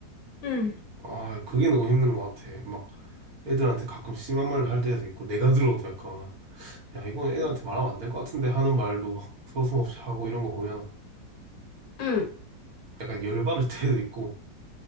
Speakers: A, on the left; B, on the right.
A: 음,
B: 아 그게 너무 힘든 것 같아. 막 애들한테 가끔 심한 말로 할 때도 있고 내가 들어도 약간 야 이건 애들한테
A: 음.
B: 말하면 안 될 것 같은데 하는 말로 막 서슴없이 하고 이런 거 보면
A: 음.
B: 약간 열받을 <laughs> 때도 있고